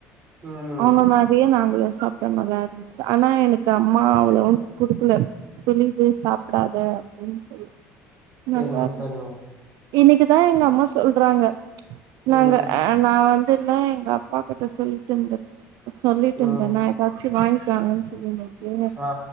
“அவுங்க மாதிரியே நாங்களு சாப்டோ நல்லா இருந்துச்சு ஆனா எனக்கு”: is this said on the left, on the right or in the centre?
Right